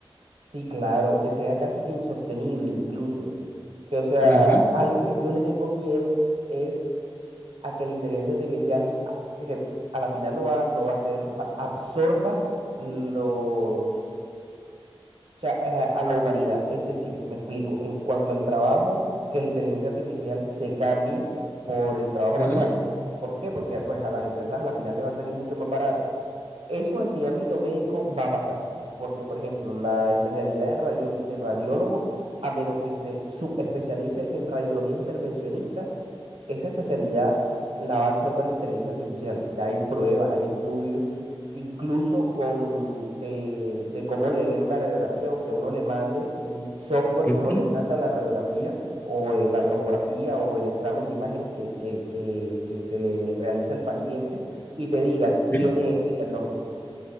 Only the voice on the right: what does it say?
sí, claro, que sea casi que insostenible incluso. Que, o sea,
algo que yo le tengo miedo es a que la inteligencia artificial, a- que a la final lo va, lo va a hacer, va- absorba los O sea, a, a la humanidad. Es decir, me explico, en cuanto al trabajo, que la inteligencia artificial se cambie por el trabajo
manual. ¿Por qué? Porque pues a las empresas a la final le va a salir mucho más barato. Eso en mi ámbito médico va a pasar, porque por ejemplo, la especialidad de, radiol- de radiólogo, a menos que se subespecialice en radiología intervencionista, esa especialidad la va a absorber la inteligencia artificial. Ya hay pruebas, hay estudios, incluso con de, de cómo leer una radiografía o que uno le mande, un software
que uno le manda la radiografía o eh, la tomografía o el examen de imágenes que, que, que, que se le realiza al paciente y te diga, tiene
este diagnóstico.